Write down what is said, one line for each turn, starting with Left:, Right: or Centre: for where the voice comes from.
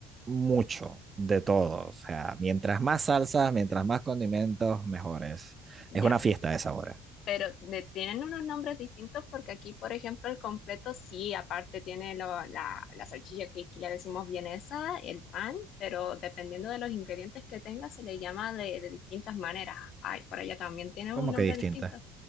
Right: mucho de todo. O sea, mientras más salsas, mientras más condimentos, mejores. Es
Left: Ya.
Right: una fiesta de sabores.
Left: pero le tienen unos nombres distintos porque aquí, por ejemplo, el completo sí, aparte tiene lo- la, la salchicha que aquí le decimos vienesa, el pan, pero dependiendo de los ingredientes que tenga se le llama de, de distintas maneras. Ay, por allá también tiene
Right: ¿Cómo
Left: un nombre
Right: que distinta?
Left: distinto.